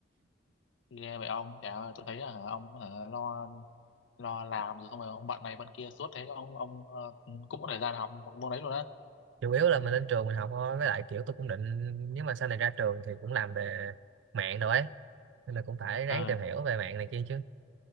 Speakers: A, on the left; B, on the right.
A: ghê vậy ông chả tôi thấy là hả, ông hả, lo lo làm rồi xong rồi ông bận này bận kia suốt thế ông ông ờ, cũng có thời gian học một môn đấy luôn á
B: chủ yếu là mình lên trường mình học thôi với lại kiểu tôi cũng định nếu mà sau này ra trường thì cũng làm về mạng rồi ấy nên là cũng phải ráng
A: ừ.
B: tìm hiểu về mạng này kia chứ